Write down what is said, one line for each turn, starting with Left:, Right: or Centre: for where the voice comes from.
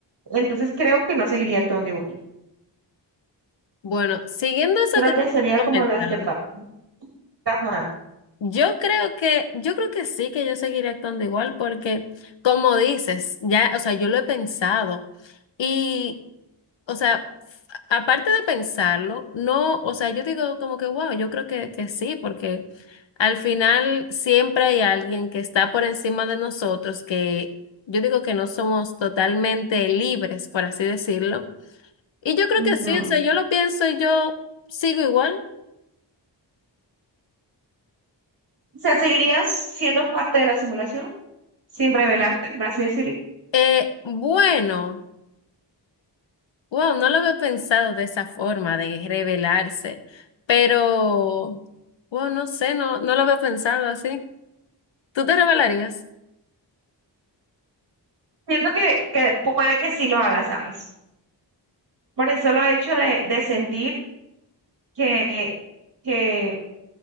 Right: Entonces, creo que no seguiría actuando igual.
Left: Bueno, siguiendo eso
Right: Creo
Left: que
Right: que
Left: tú
Right: sería
Left: has
Right: como
Left: comentado,
Right: las que atrapan. Ajá,
Left: yo creo que, yo creo que sí que yo seguiré actuando igual porque, como dices, ya, o sea, yo lo he pensado. Y o sea, aparte de pensarlo, no, o sea, yo digo como que, wow, yo creo que, que sí, porque al final siempre hay alguien que está por encima de nosotros, que yo digo que no somos totalmente libres, por así decirlo. Y yo creo
Right: no.
Left: que sí, o sea, yo lo pienso y yo sigo igual.
Right: O sea, ¿seguirías siendo parte de la simulación sin revelarte, por así decirlo?
Left: Eh, bueno, wow, no lo había pensado de esa forma, de revelarse, pero, wow, no sé, no, no lo había pensado así. ¿Tú te revelarías?
Right: Siento que, que puede que sí lo haga, ¿sabes? Por el solo hecho de, de sentir que, que